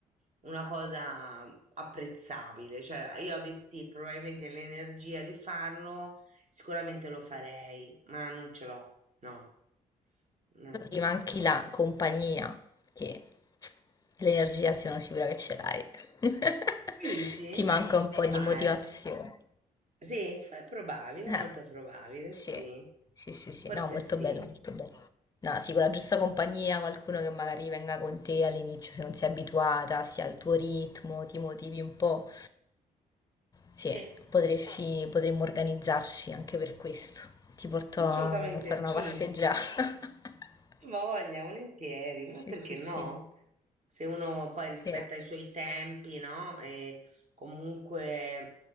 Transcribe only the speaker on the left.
Ti manchi la compagnia, che l'energia sono sicura che ce l'hai. <laughs>
Ti manca un po' di
motivazione.
Eh,
sì,
sì, sì, sì,
no, molto
bello, molto bello. No, sì, con la giusta compagnia, qualcuno che magari venga con te all'inizio se non sei abituata, sia al tuo ritmo, ti motivi un po'. Sì,
potresti, potremmo organizzarci anche per questo. Ti porto
a fare
una passeggiata. <laughs>
Sì,
sì,
sì,
sì,